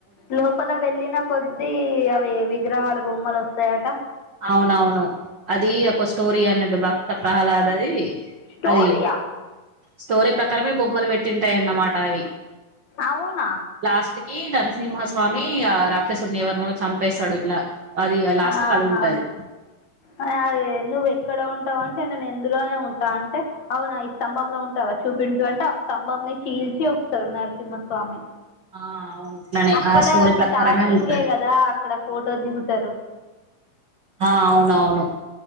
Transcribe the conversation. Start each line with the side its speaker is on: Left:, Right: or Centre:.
Left: లోపల వెళ్ళిన కొద్ది అవి విగ్రహాలు బొమ్మలొస్తయట
Right: అవునవును అదీ ఒక స్టోరీ అన్నట్టు భక్త ప్రహ్లాదది
Left: స్టోరీయా
Right: అది స్టోరీ ప్రకారమే బొమ్మలు పెట్టింటాయన్నమాట అవి
Left: అవునా
Right: లాస్ట్ కి నరసింహస్వామి ఆ రాక్షసుడిని ఎవర్నో చంపేస్తడు ఇట్లా అది ఇగ లాస్ట్
Left: ఆహా
Right: కి అదుంటది
Left: అదే నువ్వు ఎక్కడ ఉంటావంటే నేను ఇందులోనే ఉంటా అంటే అవునా ఈ స్తంభంలో ఉంటవచ్ చూపించు అంటే ఆ స్తంభంన్ని చీల్చి వస్తడు నరసింహస్వామి
Right: ఆ అవును అట్లనే
Left: అక్కడ
Right: ఆ స్టోరీ
Left: అది
Right: ప్రకారమే
Left: స్టార్టింగే
Right: ఉంటది
Left: గదా అక్కడ ఫోటో దిగుతరు
Right: హా అవునవును